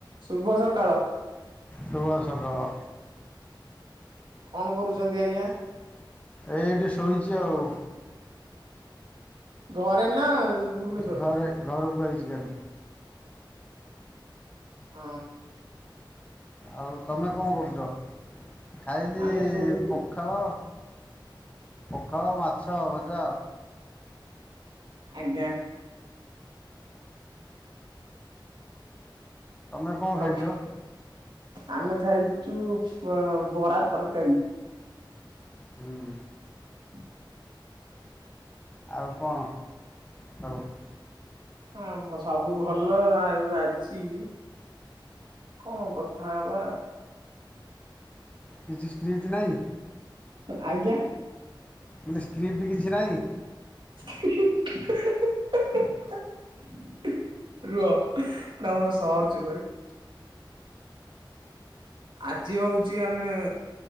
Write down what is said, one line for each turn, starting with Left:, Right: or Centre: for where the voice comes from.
Right: ଶୁଭ ସକାଳ।
Left: ଶୁଭ ସକାଳ।
Right: କଣ କରୁଛନ୍ତି ଆଜ୍ଞା?
Left: ଏଇଠି ଶୋଇଛି ଆଉ।
Right: ଘରେ ନା ଭୁବନେଶ୍ଵରରେ?
Left: ଘରେ ଘରକୁ ଆଚି କାଲି।
Right: ହଁ।
Left: ଆଉ ତମେ କଣ କରୁଛ ଖାଇଲି
Right: ଆମେ ଶୋଇଲୁ
Left: ପଖାଳ ପଖାଳ ମାଛ ଆଉ ଭଜା।
Right: ଆଜ୍ଞା।
Left: ତମେ କଣ
Right: ଆଉ
Left: ଖାଇଚ?
Right: ଆମେ ଖାଇଛୁ ବରା ତରକାରୀ।
Left: ହୁଁ।
Right: ହଁ <inaudible>
Left: ଆଉ କଣ ସବୁ
Right: ହଁ ହଁ ସବୁ ଭଲ ଆଉ ଆଜି କଣ କଥା ହବା?
Left: କିଛି ସ୍କ୍ରିଟି ନାହିଁ।
Right: ଆଜ୍ଞା।
Left: ମାନେ ସ୍କ୍ରିପ୍ଟ କିଛି ନାହିଁ।
Right: <inaudible> ରୁହ ନା ମ ସର୍ଚ୍ଚ କରୁଛି। ଆଜି ହଉଛି ଆମେ